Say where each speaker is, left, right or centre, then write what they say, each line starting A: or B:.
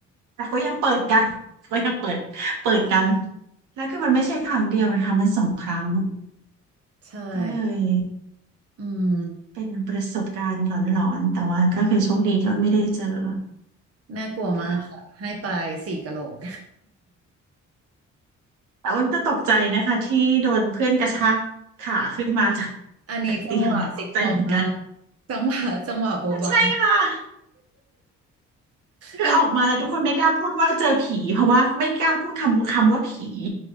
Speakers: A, on the right; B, on the right.
A: แต่ก็ยังเปิดกัน <laughs> ก็ยังเปิดเปิดกันแล้วคือมันไม่ใช่ครั้งเดียวนะคะมันสองครั้ง
B: ใช่
A: ก็เลย
B: อืม
A: เป็นประสบการณ์หลอนๆแต่ว่าก็คือโชคดีที่ว่าไม่ได้เจอ
B: น่ากลัวมากค่ะให้ไปสี่กะโหลก
A: ค่ะ แต่อ้นก็ตกใจนะคะที่โดนเพื่อนกระชากขาขึ้นมาจาก
B: <laughs> อันนี้จังหวะซิทคอมมาก
A: จากเตียงตกใจเหมือนกัน
B: จังหวะจังหวะโบบะ
A: ใช่ค่ะคือออกมาแล้วทุกคนไม่กล้าพูดว่าเจอผีเพราะว่าไม่กล้าพูดคำคำว่าผี
B: อันนี้